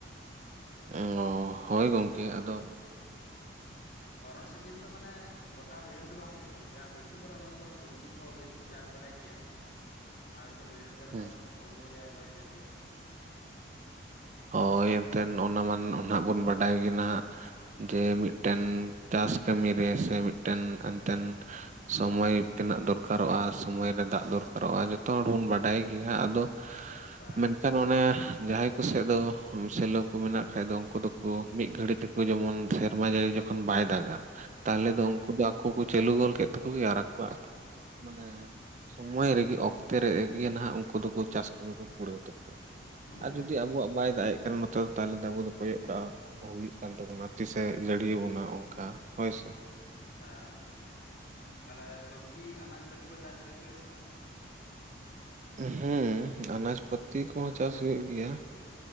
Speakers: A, on the right; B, on the left.
A: ᱚ ᱦᱳᱭ ᱜᱚᱝᱠᱮ, ᱟᱫᱚ
B: <inaudible> ᱫᱷᱚᱨᱚᱱ ᱥᱤᱡᱤᱱ ᱫᱚ ᱢᱟᱱᱮ ᱜᱚᱴᱟ ᱵᱟᱹᱭᱦᱟᱹᱲ ᱫᱚ ᱵᱟᱝ ᱦᱩᱭᱩᱜ ᱜᱮᱭᱟ, ᱡᱟᱦᱟᱸ ᱜᱷᱩᱴᱩ ᱠᱚᱨᱮ ᱚᱱᱟ ᱠᱚᱫᱚ ᱥᱚᱵᱽᱡᱤ ᱠᱚ ᱵᱮᱥᱤ ᱠᱚ ᱪᱟᱥ ᱵᱟᱲᱟᱭ ᱜᱮᱭᱟ, ᱟᱨ ᱠᱟᱹᱴᱤᱡ ᱵᱟᱹᱭᱦᱟᱹᱲ ᱠᱚᱨᱮ
A: ᱦᱩᱸ
B: ᱫᱚ ᱦᱩᱲᱩ ᱜᱮ ᱨᱚᱦᱚᱭ ᱦᱩᱭᱩᱜ ᱜᱮᱭᱟ᱾
A: ᱦᱳᱭ ᱮᱱᱛᱮᱱ, ᱚᱱᱟ ᱢᱟᱱ ᱚ ᱱᱷᱟᱜ ᱵᱚᱱ ᱵᱟᱰᱟᱭ ᱜᱮ ᱱᱷᱟᱜ ᱡᱮ ᱢᱤᱫᱴᱟᱹᱱ ᱪᱟᱥ ᱠᱟᱹᱢᱤ ᱨᱮ ᱥᱮ ᱢᱤᱫᱴᱟᱹᱱ ᱴᱟᱹᱱ ᱥᱚᱢᱚᱭ ᱛᱤᱱᱟᱹᱜ ᱫᱚᱨᱠᱟᱨᱚᱜᱼᱟ, ᱥᱚᱢᱚᱭ ᱨᱮ ᱫᱟᱜ ᱫᱚᱨᱠᱟᱨᱚᱜᱼᱟ ᱡᱚᱛ ᱛᱚ ᱦᱚᱲ ᱵᱚᱱ ᱵᱟᱰᱟᱭ ᱜᱮᱭᱟ, ᱟᱫᱚ
B: ᱦᱮᱸ
A: ᱢᱮᱱᱠᱷᱟᱱ ᱚᱱᱮ ᱡᱟᱦᱟᱸᱭ ᱠᱩ ᱥᱮᱫ ᱫᱚ ᱥᱮᱞᱚ ᱠᱚ ᱢᱮᱱᱟᱜ ᱠᱷᱟᱡ ᱫᱚ ᱩᱱᱠᱩ ᱫᱚᱠᱚ ᱢᱤᱫ ᱜᱷᱟᱹᱲᱤ ᱛᱮᱠᱚ ᱡᱮᱢᱚᱱ ᱥᱮᱨᱢᱟ ᱡᱟᱹᱲᱤ ᱡᱚᱠ ᱠᱷᱚᱱ ᱵᱟᱭ ᱫᱟᱜᱟ ᱛᱟᱦᱚᱞᱮ ᱫᱚ
B: ᱦᱮᱸ
A: ᱩᱱᱠᱩ ᱫᱚ ᱟᱠᱚ ᱠᱚ ᱪᱟᱹᱞᱩ ᱜᱚᱞ ᱠᱮᱫ ᱛᱟᱠᱚ ᱜᱮ ᱟᱨ ᱟᱠᱚᱣᱟᱜ ᱢᱟᱱᱮ ᱦᱮᱸᱻᱥᱚᱢᱚᱭ ᱨᱮᱜᱮ ᱚᱠᱛᱮ ᱨᱮᱜᱮ ᱱᱟᱦᱟᱜ ᱩᱱᱠᱩ ᱫᱚᱠᱚ ᱪᱟᱥ ᱠᱟᱹᱢᱤ ᱠᱚ ᱠᱩᱲᱟᱹᱣ ᱛᱟᱠᱚᱣᱟ᱾ ᱟᱨ
B: ᱦᱮᱸ
A: ᱡᱩᱫᱤ ᱟᱵᱚᱣᱟᱜ ᱵᱟᱭ ᱫᱟᱜ ᱮᱜ ᱠᱟᱱ ᱱᱚᱛᱮ᱾ ᱛᱟᱦᱚᱞᱮ ᱫᱚ ᱟᱵᱚ ᱫᱚ ᱠᱚᱭᱚᱜ ᱠᱟᱜᱼᱟ ᱦᱩᱭᱩᱜ ᱠᱟᱱ ᱛᱟᱵᱚᱱᱟ ᱛᱤᱥᱮ ᱡᱟᱹᱲᱤᱭᱟᱵᱚᱱᱟ ᱚᱱᱠᱟ ᱦᱳᱭ ᱥᱮ?
B: ᱦᱮᱸ, ᱛᱟᱦᱚᱞᱮ ᱥᱚᱵᱽᱡᱤ ᱟᱱᱟᱡ ᱯᱟᱹᱛᱤ ᱠᱚ ᱪᱟᱥ ᱦᱩᱭᱩᱜ ᱜᱮᱭᱟ ᱥᱮ ᱵᱟᱝ?
A: ᱦᱮᱸ, ᱟᱱᱟᱡ ᱯᱟᱹᱛᱤ ᱠᱚᱦᱚᱸ ᱪᱟᱥ ᱦᱩᱭᱩᱜ ᱜᱮᱭᱟ᱾